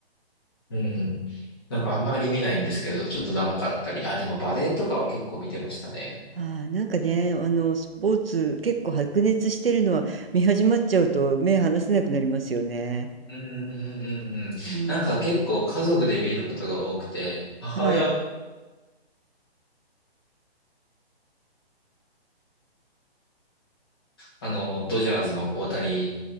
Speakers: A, on the left; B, on the right.
A: うん。なんかあんまり見ないんですけど、ちょっと長かったり。あ、でもバレーとかは結構見てましたね。
B: ああ、なんかね、あの、スポーツ結構白熱してるのは見始まっちゃうと目離せなくなりますよね。
A: うんうんうんうんうん。
B: うん。
A: なんか結構家族で見ることが多くて、母親、
B: はい。
A: あの、ドジャースの大谷